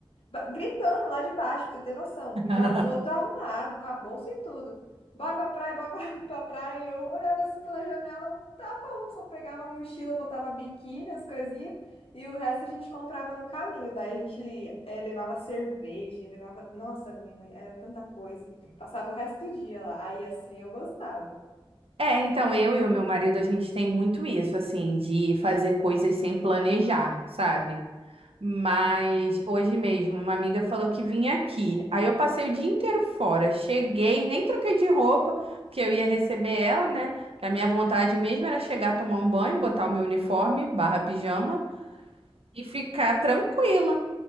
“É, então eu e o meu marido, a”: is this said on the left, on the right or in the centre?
Right